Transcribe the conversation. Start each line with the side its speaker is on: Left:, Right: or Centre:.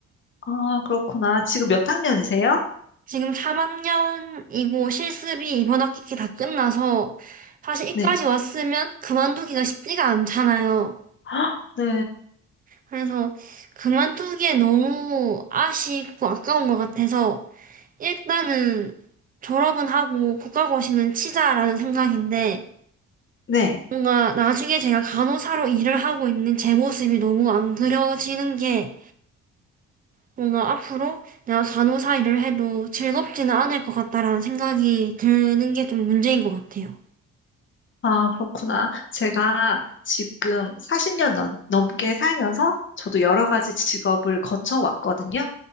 Left: 아, 그렇구나. 지금 몇 학년이세요?
Right: 지금 3학년이고 실습이 이번 학기 다 끝나서 사실 이까지
Left: 네.
Right: 왔으면 그만두기가 쉽지가 않잖아요.
Left: <gasps> 아, 네,
Right: 그래서 그만두기에 너무 아쉽고 아까운 것 같아서 일단은 졸업은 하고 국가고시는 치자라는 생각인데
Left: 네.
Right: 뭔가 나중에 제가 간호사로 일을 하고 있는 제 모습이 너무 안 그려지는 게 뭔가 앞으로 내가 간호사 일을 해도 즐겁지는 않을 것 같다라는 생각이 드는 게 좀 문제인 것 같아요.
Left: 아, 그렇구나. 제가 지금 40년 넘, 넘게 살면서 저도 여러 가지 직업을 거쳐왔거든요.